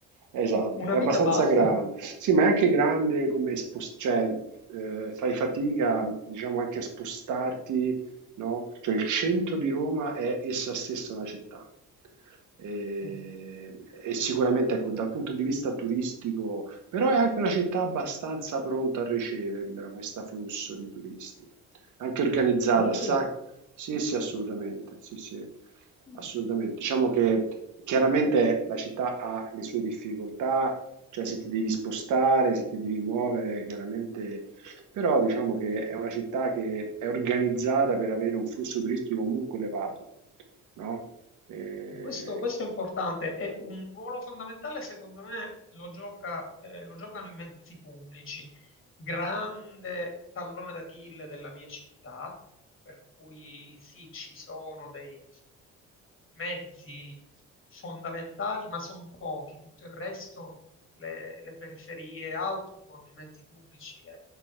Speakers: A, on the right (about 80°); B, on the left (about 45°).
A: Esatto,
B: una
A: è abbastanza
B: vita basta.
A: grande. Sì, ma è anche grande come spos- cioè, eh, fai fatica, diciamo, anche a spostarti, no? Cioè il centro di Roma è essa stessa una città. E,
B: Eh,
A: e sicuramente, ecco, dal punto di vista turistico però è anche una città abbastanza pronta a riceverla, questo flusso di turisti. Anche organizzata,
B: dici?
A: sa? Sì, sì, assolutamente, sì, sì,
B: Mm.
A: assolutamente. Diciamo che chiaramente la città ha le sue difficoltà, cioè se ti devi spostare, se ti devi muovere, chiaramente, però diciamo che è una città che è organizzata per avere un flusso turistico comunque elevato, no? Eh,
B: Questo, questo è importante, è un ruolo fondamentale secondo me lo gioca- eh, lo giocano i mezzi pubblici, grande tallone d'Achille della mia città, per cui sì, ci sono dei mezzi fondamentali, ma sono pochi, tutto il resto le, le periferie e altro con i mezzi pubblici è,